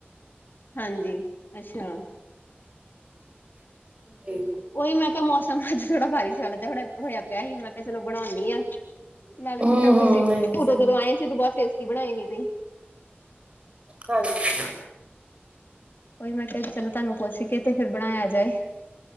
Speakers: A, on the left (about 55°); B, on the right (about 30°).
A: ਹਾਂਜੀ ਅੱਛਾ ਹਮ।
B: ਜੀ।
A: ਉਹੀ ਮੈਂ ਕਿਹਾ ਮੌਸਮ ਅੱਜ ਥੋੜ੍ਹਾ ਬਾਰਿਸ਼ ਵਾਲਾ ਹੋਆ ਹਾ ਥੋੜਾ ਹੋਇਆ ਪਿਆ ਸੀ ਮੈਂ ਕਿਹਾ ਚਲੋ ਬਣਾਉਂਦੀ ਹਾਂ। ਨਾਲੇ
B: ਹੂੰ
A: ਮ
B: ਹੂੰ
A: ਤੁਸੀਂ
B: ਇਹ
A: ਉਦੋਂ
B: ਸਹੀ
A: ਜਦੋਂ ਆਏ ਸੀ ਤ ਬਹੁਤ ਸੇਸਟੀ ਬਣਾਏ ਨ ਤੁਸੀ
B: ਹਾਂਜੀ
A: ਕੋਈ ਮੈਂ ਕਿਹਾ ਕਿ ਚਲੋ ਤੁਹਨੂੰ ਪੁੱਛ ਕੇ ਤੇ ਫੇਿਰ ਬਣਾਇਆ ਜਾਏ।